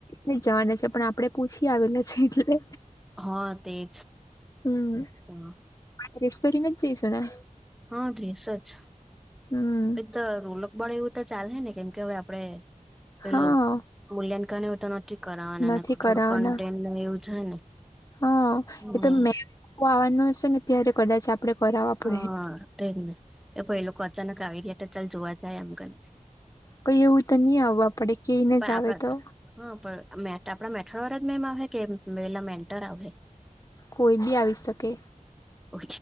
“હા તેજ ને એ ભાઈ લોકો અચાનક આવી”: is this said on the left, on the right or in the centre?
Centre